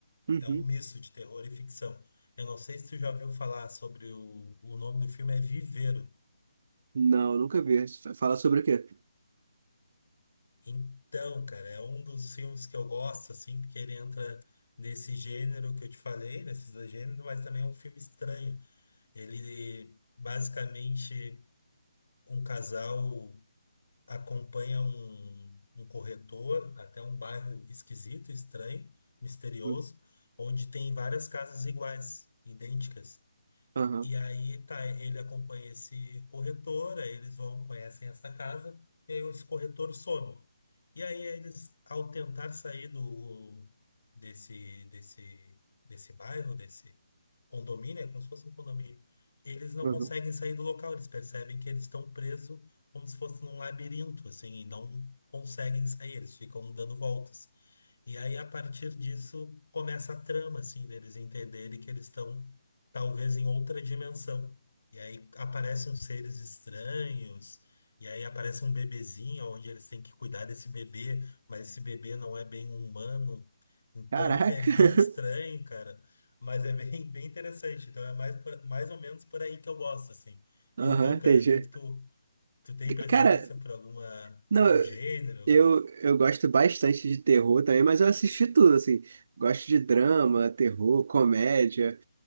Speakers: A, on the right (about 45°); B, on the left (about 55°).
A: Uhum.
B: é um misto de terror e ficção. Eu não sei se tu já ouviu falar sobre o, o nome do filme é Viveiro.
A: Não, nunca vi. Fala sobre o quê?
B: Então, cara, é um dos filmes que eu gosto, assim, porque ele entra nesse gênero que eu te falei, nesses dois gêneros, mas também é um filme estranho. Ele, basicamente, um casal acompanha um, um corretor até um bairro esquisito, estranho, misterioso,
A: Uhum.
B: onde tem várias casas iguais, idênticas.
A: Aham,
B: E aí tá, ele acompanha esse corretor, aí eles vão, conhecem essa casa, e aí esse corretor some. E aí eles, ao tentar sair do desse desse desse bairro, desse condomínio, é como se fosse um condomínio, eles não
A: uhum.
B: conseguem sair do local, eles percebem que eles estão presos como se fosse num labirinto, assim, e não conseguem sair, eles ficam dando voltas. E aí, a partir disso, começa a trama, assim, deles entenderem que eles estão, talvez, em outra dimensão. E aí aparecem uns seres estranhos, e aí aparece um bebezinho, onde eles têm que cuidar desse bebê, mas esse bebê não é bem humano. Então,
A: Caraca.
B: <laughs> é bem
A: <laughs>
B: estranho, cara, mas é bem, bem interessante. Então, é mais, por- mais ou menos por aí que eu gosto, assim.
A: Aham,
B: E tu,
A: entendi.
B: cara, o que que tu, tu tem preferência
A: Cara,
B: por alguma,
A: não,
B: algum gênero?
A: eu, eu gosto bastante de terror também, mas eu assisti tudo, assim. Gosto de drama, terror, comédia.